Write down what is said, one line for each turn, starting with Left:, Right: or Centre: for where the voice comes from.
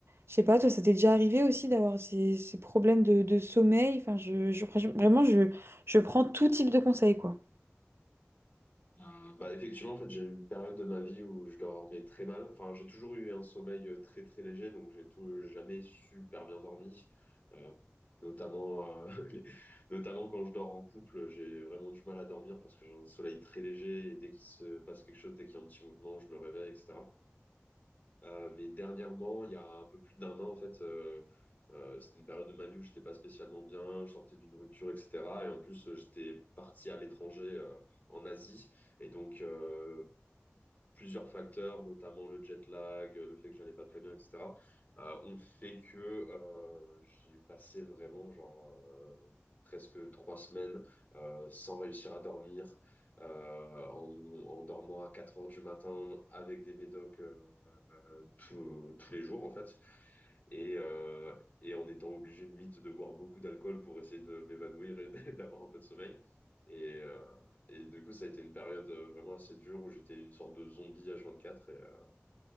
Right: je sais pas, toi, ça t'est déjà arrivé aussi d'avoir ces, ces problèmes de, de sommeil. Enfin, je, je- vraiment, je, je prends tout type de conseils, quoi.
Left: Enfin, Bah effectivement, en fait, j'ai eu une période de ma vie où je dormais très mal. Enfin, j'ai toujours eu un sommeil euh, très très léger, donc j'ai tout euh, jamais super bien dormi. Euh, notamment, euh, <laughs> les- notamment quand je dors en couple, j'ai vraiment du mal à dormir parce que j'ai un sommeil très léger et dès qu'il se passe quelque chose, dès qu'il y a un petit mouvement, je me réveille, etc. Euh, mais dernièrement, il y a un peu plus d'un an, en fait, euh, euh, c'était une période de ma vie où j'étais pas spécialement bien, je sortais d'une rupture, etc. Et en plus, euh, j'étais parti à l'étranger, euh, en Asie. Et donc, euh, plusieurs facteurs, notamment le jet lag, euh, le fait que j'allais pas très bien, etc., euh, ont fait que euh, j'ai passé vraiment, genre, euh, presque trois semaines euh, sans réussir à dormir. euh, en, en dormant à 4 heures du matin avec des médocs euh, euh, tout- euh, tous les jours en fait. Et, euh, et en étant obligé limite de boire beaucoup d'alcool pour essayer de m'évanouir et <laughs> d'avoir un peu de sommeil. Et, euh, et du coup, ça a été une période euh, vraiment assez dure où j'étais une sorte de zombie H24. Et, euh,